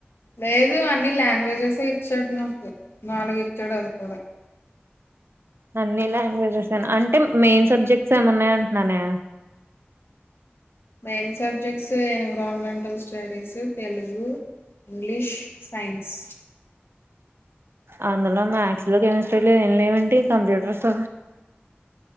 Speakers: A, on the left; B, on the right.
A: లేదు అన్ని లాంగ్వేజెస్ే ఇచ్చాడు నాకు నాలుగు ఇచ్చాడు అది కూడా
B: అన్ని లాంగ్వేజెస్ అంటే మెయిన్ సబ్జెక్ట్స్ ఎం ఉన్నాయి అంటున్నానే
A: main subjects environmental studies Telugu English science
B: అందులో మ్యాథస్ లో కెమిస్ట్రీలో ఏం లేవంటంటి కంప్యూటర్స్